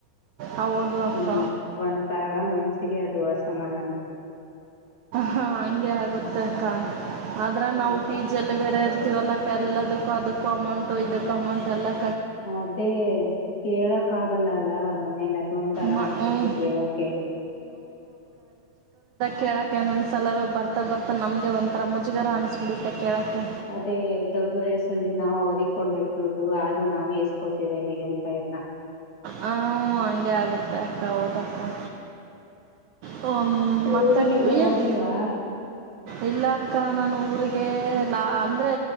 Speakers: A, on the right (about 80°); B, on the left (about 50°).
A: ಹೌದು ಅಕ್ಕ
B: ಹ್ಮ್ ಒಂಥರ ಮನಸ್ಸಿಗೆ ಅದು ಈ ವರ್ಷ ಮಾಡನ
A: ಹಾ ಹಂಗೆ ಆಗುತ್ತೆ ಅಕ್ಕ ಆದ್ರೆ
B: ಹೌದು.
A: ನಾವು ಫೀಸ್ ಬೇರೆ ಇವೆಲ್ಲಕು ಎಲ್ಲಾದಕ್ಕೂ ಅದಕು ಅಮೌಂಟು ಇದುಕ್ಕು ಅಮೌಂಟು ಎಲ್ಲಾ.
B: ಅದೇ ಕೇಳಕ್ ಆಗಲ್ಲ ಅಲ್ಲ ಮನೇಲಿ ಅದ ಒಂಥರಾ
A: ಮ
B: ಅನ್ಸುತ್ತೆ
A: ಹ್ಞೂ
B: ಕೇಳಕೆ
A: ಕೇಳ ಕೆಲವೊಂದು ಸಲ ಬರ್ತಾ ಬರ್ತಾ ನಮಗೆ ಒಂಥರಾ ಮುಜುಗರ ಅನಿಸ್ಬಿಡುತ್ತೆ ಕೇಳೋಕ್ಕೆ
B: ಅದೇ ದೊಡ್ಡ ವಯಸ್ಸಲ್ಲಿ ನಾವು ಅವರಿಗೆ ಕೊಡಬೇಕು ದುಡ್ಡು ಆದ್ರೂ ನಾವೇ ಇಸ್ಕೋತಿದ್ದೇ ವಿ ಎಂ ಪೈಯನ್ನ
A: ಹ ಹಂಗೆ ಆಗುತ್ತೆ ಅಕ್ಕ ಹೌದಕ್ಕಾ ಹ ಮತ್ತೆ
B: ಊರಿಗೆಲ್ಲ ಹೋಗಿಲ್ವಾ
A: ಏನ್ ಈಲ್ಲಾಕ್ಕ ನಾನು ಊರಿಗೆ ಗೆ ಲಾ ಅಂದರೆ